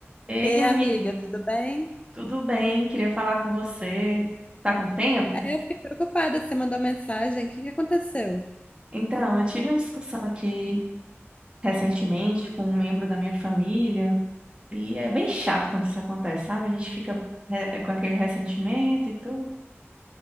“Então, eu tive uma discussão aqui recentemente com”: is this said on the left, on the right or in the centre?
Right